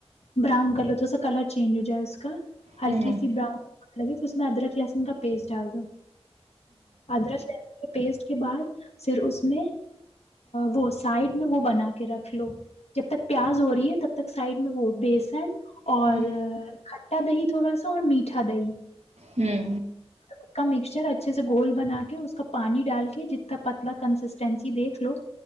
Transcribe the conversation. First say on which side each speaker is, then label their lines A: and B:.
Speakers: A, on the left; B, on the right.
A: براؤن کلر تھوڑا سا کلر چینج ہو جائے اس کا ہلکی
B: ہم،
A: سی براؤن لگے پھر اس میں ادرک لہسن کا پیسٹ ڈال دو ادر پیسٹ کے بعد پھر اس میں وہ سائڈ میں وہ بنا کے رکھ رکھ لو جب تک پیاز ہو رہی ہے تب تک سائڈ میں وہ بیسن اور
B: ہم، ہم،
A: کھٹا دہی تھوڑا سا اور میٹھا دہی
B: ہوں
A: اس کا مکسچر اچھے سے گول بنا کے اس کا پانی ڈال کے جتنا پتلا کنسسٹینسی دیکھ لو